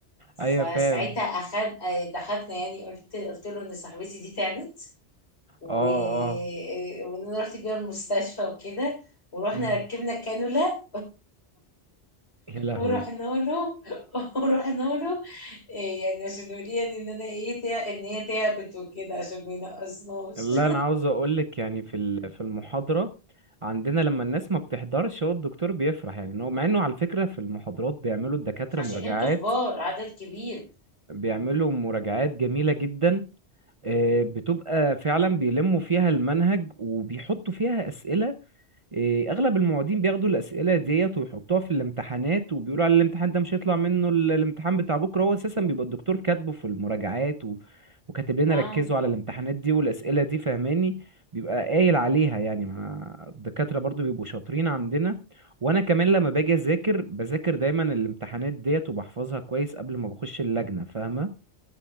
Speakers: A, on the right; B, on the left.
A: ايوه
B: فساعتها
A: فاهم
B: أخد آه، ضحكنا يعني قلت قلت له ان صاحبتي دي تعبت و...
A: اه
B: آه،
A: اه
B: وان انا رحت بيها المستشفى وكده ورحنا
A: مم.
B: ركبنا كانولا
A: يا لهوي
B: ورحنا له <laughs> ورحنا له إيه يعني عشان يوريني ان انا ايه تع... ان هي تعبت وكده عشان ما ينقصناش
A: لا انا عاوز اقولك يعني في ال- في المحاضره عندنا لما الناس ما بتحضرش هو الدكتور بيفرح يعني إن هو مع انه على فكره في المحاضرات بيعملوا الدكاتره
B: <laughs> عشان
A: مراجعات
B: انتوا كبار عدد كبير
A: بيعملوا مراجعات جميله جدا آه، بتبقى فعلا بيلموا فيها المنهج وبيحطوا فيها اسئله إيه، اغلب المعيدين بياخدوا الاسئله ديت ويحطوها في الامتحانات وبيقولوا على الامتحان ده مش هيطلع منه ال- الامتحان بتاع بكره هو اساسا بيبقى الدكتور كاتبه في المراجعات و... وكاتب لنا
B: فاهمة
A: ركزوا على الامتحانات دي والاسئله دي فهماني بيبقى قايل عليها يعني مع الدكاتره برضو بيبقوا شاطرين عندنا وانا كمان لما باجي اذاكر بذاكر دايما الامتحانات ديت وبحفظها كويس قبل ما بخش اللجنه فاهمه